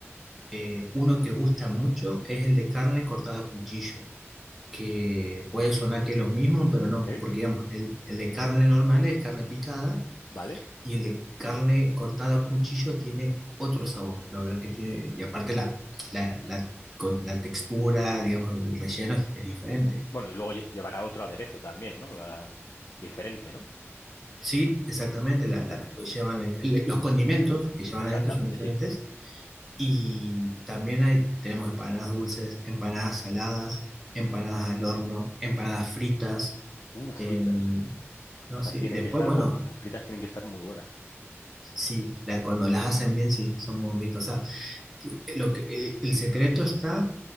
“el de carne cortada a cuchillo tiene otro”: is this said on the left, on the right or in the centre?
Centre